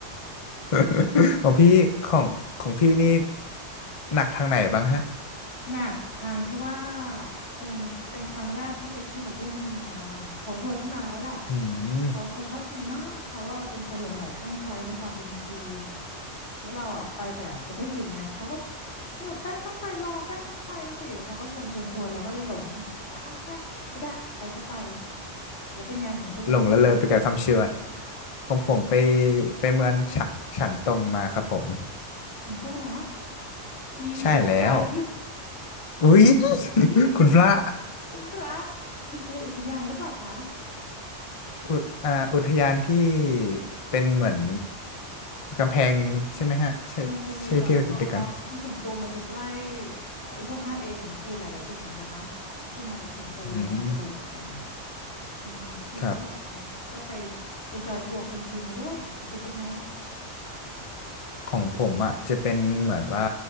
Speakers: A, on the left; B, on the left.
A: <laughs> ของพี่ของของพี่นี่ หนักทางไหนบ้างฮะ
B: หนักทางที่ว่าเป็นเป็นครั้งแรกที่ไปเที่ยวกับเพื่อนที่ทำงานเขาชวนตั้งนานแล้วแหละ
A: อืม
B: เขาเขาชอบจีนมากเขาว่าเป็นคนหลงใหลคลั่งไคล้ในความเป็นจีนแล้วเราอ่ะไปแต่ประเทศอื่นไงเขาก็เนี่ยแป้งต้องไปลองแป้งต้องไปสิแล้วเขาก็ชวนชวนชวนเราก็เลยหลงอ่ะอ่ะก็ก็ได้ไปก็ไปแล้วเป็นไงของตัวเองไปเที่ยวเมืองไหน
A: หลงละเลยไปกับคำเชิญของผมไปไปเมืองฉันฉันตรงมาครับผม
B: เฉิงโตูเหรอที่เดียวกัน
A: ใช่แล้ว อุ๊ย <laughs>
B: อุ้ย
A: คุณพระ
B: คุณพระคุณไปอุทยานหรือเปล่าคะ
A: <laughs> อุทอ่าอุทยานที่เป็นเหมือน กำแพงใช่ไหมฮะ ใช่ใช่ที่เราเด็กกัน
B: มันจะมีแบบป๊อปป๊อปคือเฉิงตูมันจะใกล้ไอ้พวก 5A ของจีนหลาย ๆ จุดเหมือนกันนะที่มาจากเฉิงตูแล้วมันสะดวกอะไรเงี้ย
A: อืม
B: เออพี่ก็แบบนะก็ไป
A: ครับ
B: ไปจอยทัวร์คนจีนมาด้วยของคุณเป็นไง
A: ของผมอ่ะจะเป็นเหมือนว่า